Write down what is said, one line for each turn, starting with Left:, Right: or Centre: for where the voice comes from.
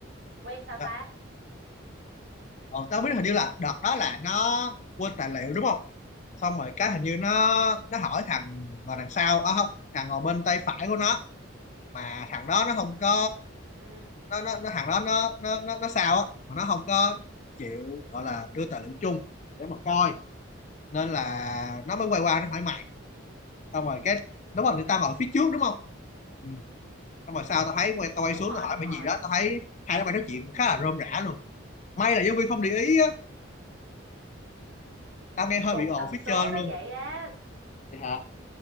Right: quen sao
Left: Ờ,
Right: ta
Left: ờ, tao biết hình như là đợt đó là nó quên tài liệu đúng không xong rồi cái hình như nó nó hỏi thằng ngồi đằng sau à không thằng ngồi bên tay phải của nó mà thằng đó nó không có
Right: ừ
Left: nó nó, nó thằng đó nó nó nó, nó sao á mà nó không có chịu gọi là đưa tài liệu chung để mà coi nên là nó mới quay qua nó hỏi mày xong rồi cái đúng rồi thì tao ngồi phía trước đúng không ừ. xong rồi sau tao thấy quay tao quay
Right: đúng
Left: xuống
Right: rồi
Left: tao hỏi
Right: đúng
Left: mày
Right: rồi
Left: gì đó tao thấy hai đứa mày nói chuyện khá là rôm rã luôn may là giáo viên không để ý á tao nghe hơi
Right: cùng
Left: bị ồn
Right: tần
Left: phía
Right: số
Left: trên
Right: nó
Left: luôn
Right: vậy á
Left: Vậy hả?